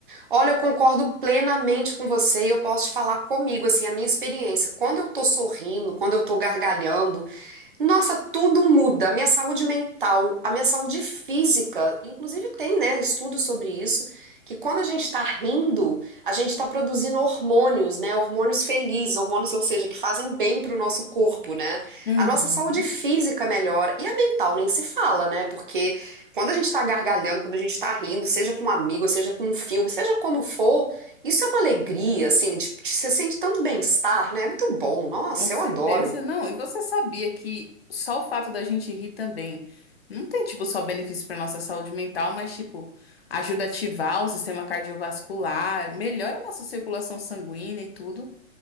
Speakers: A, on the right; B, on the left.
A: Olha, eu concordo plenamente com você e eu posso te falar comigo, assim, a minha experiência. Quando eu tô sorrindo, quando eu tô gargalhando, Nossa, tudo muda. A minha saúde mental, a minha saúde física, inclusive tem, né, estudos sobre isso, que quando a gente está rindo, a gente está produzindo hormônios, né, hormônios felizes, hormônios, ou seja, que fazem bem para o nosso corpo, né?
B: Uhum.
A: A nossa saúde física melhora e a mental nem se fala, né? Porque quando a gente está gargalhando, quando a gente está rindo, seja com um amigo, seja com um filme, seja como for, isso é uma alegria, assim, de, de- você sente tanto bem-estar, né? É muito bom. Nossa,
B: Com certeza,
A: eu adoro.
B: não. E você sabia que só o fato da gente rir também não tem, tipo, só benefício para nossa saúde mental, mas, tipo, ajuda a ativar o sistema cardiovascular, melhora a nossa circulação sanguínea e tudo.